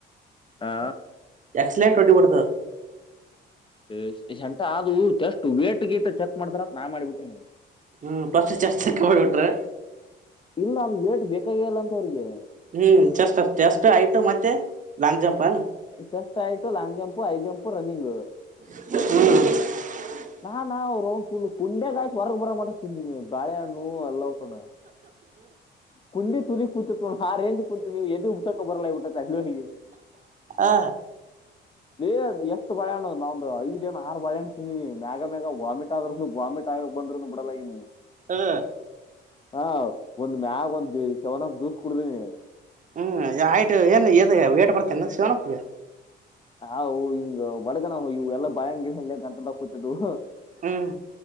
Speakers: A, on the left; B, on the right.
A: ಹಾ
B: ಎಕ್ಸಲೆಂಟ್ ಹೊಡಿಬ್ಯಾಡದು
A: ಯೇ ಸಂಟ ಅದು ಜಸ್ಟ್ ವೇಟ್ ಗೀಟ್ ಚೆಕ್ ಮಾಡ್ತಾರ ನಾನ್ ಮಾಡಿಬಿಟ್ಟಿ ನೀವು
B: ಹ್ಮ ಪಫಸ್ ಚಾಸ್ಕ್ಕ ಮಾಡಬಿಟ್ರೆ
A: ಇಲ್ಲ ಅ ವೇಟ್ ಬೇಕಾಗಿಲ್ಲ ಅಂತ ಅವ್ರಿಗೆ
B: ಹ್ಮ್ ಚಷ್ಟ ಎಷ್ಟ ಆಯ್ತು ಮತ್ತೆ ಲಾಂಗ್ ಜಂಪ್ ಅನಾ
A: ಜಸ್ಟ್ ಆಯ್ು long jump I jump running
B: ಹ್ಮ
A: ನಾ ನಾ ಕುಂಡೆ ಗಾಯ್ ಹೊರಗ್ ಬರ ಮಾಡ ತಿಂದಿದ್ವಿ ಬಳೆಹಣ್ಣು ಹ ಅಲ್ಲತಾನ ಕುಂಡ ತುಲಿ ಕೂತತ್ ನು ಹ ರೇಜ್ ಕುೂತ್ ನೀವು ಎದದು ಉಬ್ಸಕ ಬಲಾ ಬಿಟ್ಟ ಅಲ್ಲಿ
B: ಆ
A: ಏ ಎಷ್ಟು ಬಳೆಣ್ಣ ನಮ್ದ ಐದ್ ಏ ಆರು ಬಳೆಾಣ್ತಿಂದಿನಿ ಮಗ ಮ್ಯಾಗ ವಾಮಿಟ್ ಆದ್ರ ವಾಮಿಟ್ ನ ಬಂದರೂ ಬಡಲಾಗಿನಿ
B: ಹ್ಮ್
A: ಹಾ ಒಂದ್ ಮ್ಯಾಗ ಒಂದ ಚವನ ದೂಸ್ ಕುಡ್ದನಿ
B: ಹ್ಮ್ ಆಯ್ತು ಏನ್ ಇ ವಏಟ್ ಬರ್ತೇ ಶಿವನಪ್ಪಗೆ
A: ಹಾವು ಹಿಂಗ್ ಬಡಗನ ಇವು ಎಲ್ಲ ಬಾಳ್ಗಿ ಹ ಗಂಟಲ್ಲ ಕೂತಿದ್ದವು
B: ಹ್ಮ್